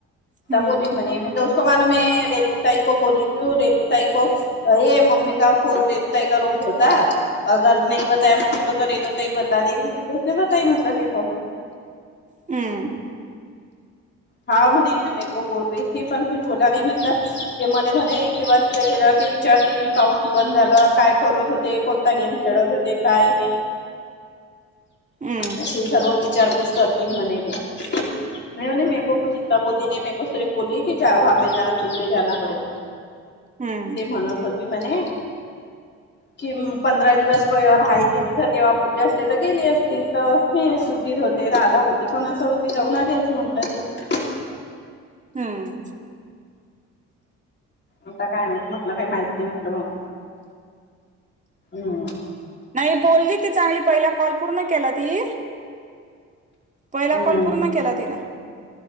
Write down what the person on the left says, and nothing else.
बोली म्हणे म दोस्तो मालूम म रेणुताई को बोलली ह रेणुताई को. अ ये मम्मी का फूल रेनुताई का रोज होता अगर नाही बताया मम्मी का तर रेनुताई बता तने पताई मतल देखो.
हा म्हणे मी मेको बोल र ती पण कु बोला म्हटलं जे मध्ये म्हणे किंवा तिथ गेला चार तन काउंट बंद झालं काय करत होते कोणता गेम खेळत होते काय नाही.
अशी सर्व विचारपूस करतील म्हणे ते नाही मेको ख जिता बोली नाही मेको सिर्फ बोलीी जपे जा सिर पे जा पडे
म्हत होती म्हणे. कि पंधरा दिवस प रायली तिथं तेव्हा बोलले असते तर गेली असते तर हे सुधीर हो ते राधा होती कोणा असं होती जाऊन आली असे म्हटलं ते
आता काय म्हटलं काही माहित नाही म्हटलं म्ह हम्म
हम्म